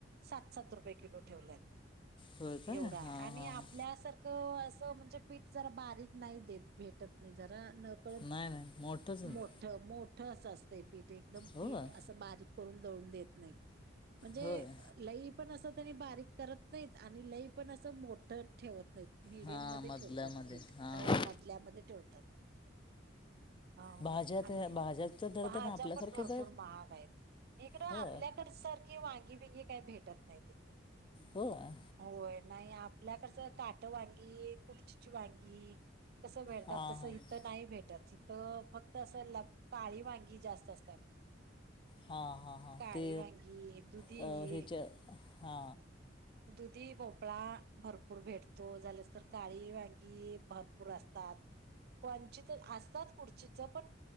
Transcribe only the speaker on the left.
होय का
हां हां
हां
नाही नाही मोठंच आहे
मग
होय
होय
हां
मधल्यामध्ये
हां
भाज्या
त्या भाज्याच्या दर
तर ना आपल्यासारखेच
हो
हो हां
हां
हा, हा, हा
ते
हॆच्या हा